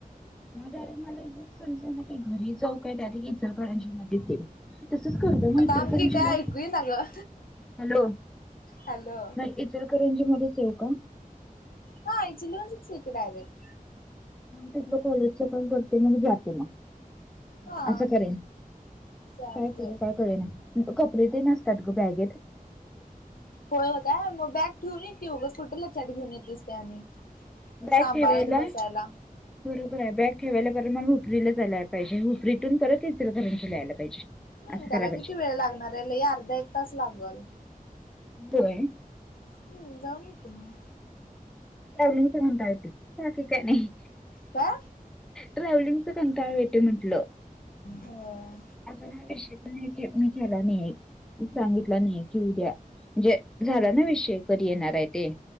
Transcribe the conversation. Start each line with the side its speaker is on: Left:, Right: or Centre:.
Centre: समजा ना की घरी जाऊ काय डायरेक्ट इचलकरंजी मध्ये येऊ. तसच करू देना इचलकरंजीला,
Left: थांब की काय ऐकू येईना गं.
Centre: हॅलो
Left: हॅलो
Centre: नाही. इचलकरंजीमध्येच येऊ का?
Left: हा इचलंजीत ये डायरेक्ट.
Centre: मग तिथलं कॉलेजच काम करते मग मी जाते ना.
Left: हा.
Centre: असं करेन
Left: चालतंय.
Centre: काय करू काय कळेना. कपडे तेन असत्यात ग बॅगेत.
Left: होय काय मग बॅग ठेऊन ये की उगच कुठ लचाठ घेऊन येतीस ते आणि
Centre: बॅग
Left: सांभाळत
Centre: ठेवायला
Left: बसायला.
Centre: बरोबर आहे बॅग ठेवायला बर मग हुपरीला जायला पाहिजे हुपरीतून परत इचलकरंजीला यायला पाहिजे.
Left: हम्म
Centre: असं
Left: त्याला
Centre: कराय पाहिजे
Left: किती वेळ लागणार हाय लय अर्धा एक तास लागल.
Centre: व्हय!
Left: हम्म जाऊन येते मी.
Centre: नवीनच म्हणता येतंय बाकी काय नाही.
Left: काय?
Centre: ट्रॅव्हलिंगचा कंटाळा येतोय म्हंटल. <unintelligible>
Left: होय.
Centre: अस हा विषय पण आहे की मी केला नाही सांगितला नाही की उद्या. जे झालं ना विषय, कधी येणार आहे ते.